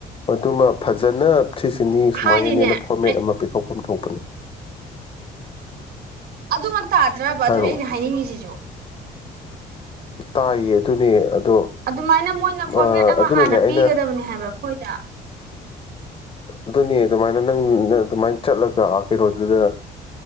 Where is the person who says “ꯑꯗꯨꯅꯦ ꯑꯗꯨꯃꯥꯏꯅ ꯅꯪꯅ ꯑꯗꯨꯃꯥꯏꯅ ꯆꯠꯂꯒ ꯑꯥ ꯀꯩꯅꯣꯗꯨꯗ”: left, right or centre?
Left